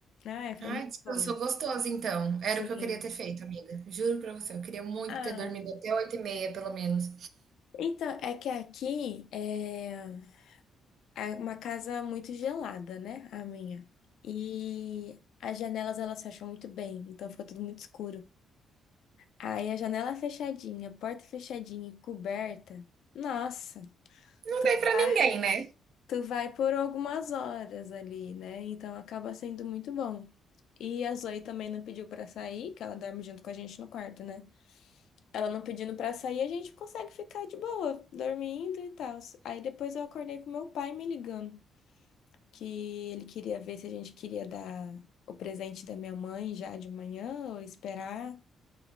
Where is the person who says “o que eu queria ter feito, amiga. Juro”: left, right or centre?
Right